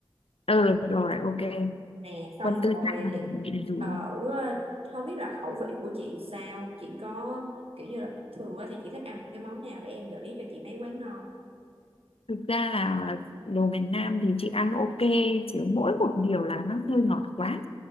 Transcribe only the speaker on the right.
nè xong
rồi
thì
ở không biết là khẩu vị của chị sao chị có kiểu như là thường á thì chị thích ăn những cái món nào để em gợi ý cho chị mấy quán ngon